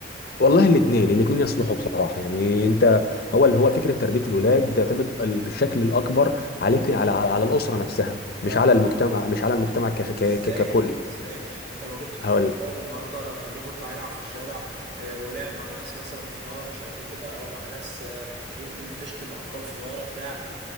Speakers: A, on the left; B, on the right.
A: والله الاثنين الاثنين يصلحوا بصراحه يعني انت هو اللي هو فكره تربيه الولاد بتعتمد ال- بالشكل الاكبر عليك على على, على الاسره نفسها مش
B: اه
A: على المجتمع مش على المجتمع كش- ك-
B: ازاي
A: ك- ككل
B: ازاي انت لو جبت طفل
A: هقول
B: صغير والنهارده خليته يطلع يلعب في الشارع آه، ولعب مع ناس مثلا مستواه مش قد كده او مع ناس آه، يمكن بتشتم اطفال صغيره بتاع